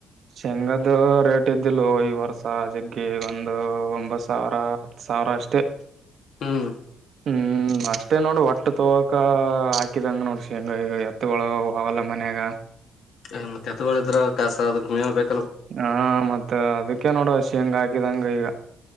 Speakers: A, on the right; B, on the left.
A: ಶೆಂಗ್ದ ರೇಟ್ ಇದ್ದಿಲ್ಲ, ಈ ವರ್ಷ ಜಗ್ಗಿ ಒಂದು ಒಂಬತ್ತು ಸಾವಿರ, ಹತ್ತು ಸಾವಿರ, ಅವರಷ್ಟೇ.
B: ಹ್ಮ್.
A: ಹ್ಮ್. ಅಷ್ಟೇ ನೋಡ ಒಟ್ಟು ತ್ತೊಗ್ಕ ಹಾಕಿದಂಗ ನೋಡ. ಶೇಂಗ ಈಗ ಎತ್ತಗಳು ಅವಾವಲ್ಲ ಮನ್ಯಾಗ.
B: ಹ್ಮ್ ಎತ್ತುಗಳಿದ್ರ ಕಸ ಅದಕ್ ಮೇವ ಬೇಕು.
A: ಹಾ ಮತ್ತ ಅದಕ್ಕೆ ನೋಡ ಶೇಂಗ್ ಹಾಕಿದಂಗ ಈಗ.